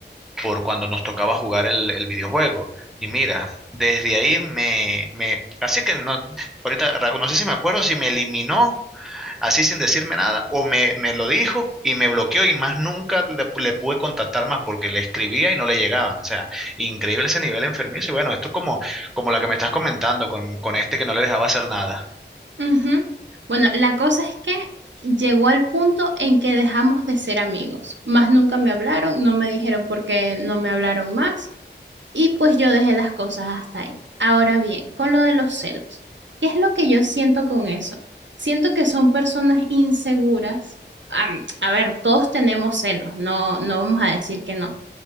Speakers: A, in the centre; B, on the right.
A: por cuando nos tocaba jugar el, el videojuego. Y mira, desde ahí me, me, así que no, ahorita Raco, no sé si me acuerdo si me eliminó así sin decirme nada o me, me lo dijo y me bloqueó y más nunca le, le pude contactar más porque le escribía y no le llegaban. O sea, increíble ese nivel enfermizo. Y bueno, esto como, como la que me estás comentando con, con este que no le dejaba hacer nada.
B: Ujú. Bueno, la cosa es que llegó al punto en que dejamos de ser amigos. Más nunca me hablaron, no me dijeron por qué no me hablaron más y pues yo dejé las cosas hasta ahí. Ahora bien, con lo de los celos, ¿qué es lo que yo siento con eso? Siento que son personas inseguras. Am, a ver, todos tenemos celos, no, no vamos a decir que no